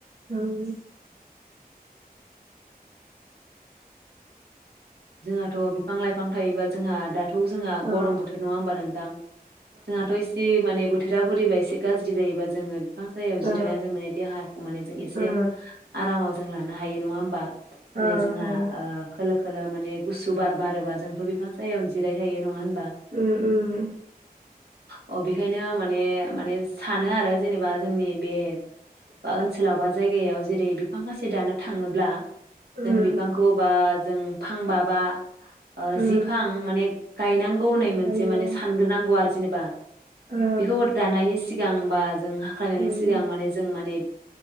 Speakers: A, on the right (about 70°); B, on the right (about 90°).
A: ओं।
B: जोंहाथ' बिफां लाइफां थायोबा जोंहा आदार थौ जोंहा
A: ओ
B: गरम बोथोर नङा होमबा नों <unintelligible> जोंहाथ' एसे माने थोरा बोरैबा एसे गाज्रि जायोबा जोङो बिफां सायायाव
A: ओ
B: जिरायनाय जों माने देहाखौ माने जों एसे
A: ओ
B: आरामाव जों लानो हायो नङा होनबा? जेरै
A: ओ
B: जोंहा
A: हायो
B: ओ खोलो खोलो माने गुसु बार बारोबा जोंथ' बिफां सायायावनो जिरायखायो नङा होन
A: उम उम।
B: अ बेखायनो माने माने सानो आरो जेनेबा जोंनि बे बा ओनसोलाव बा जायगायाव जेरै बिफां फांसे दानो थाङोब्ला
A: उम
B: जों बिफांखौ बा जों। फांबाबा ओ
A: उम
B: जि फां माने गायनां गौ मोनसे
A: हानांगौ
B: माने सानग्रोनांगौ आरो जेनबा।
A: ओ
B: बेखौ दानायनि सि सिगांबा। जों हाखख्लायनायनि
A: उम
B: सिगां माने जों माने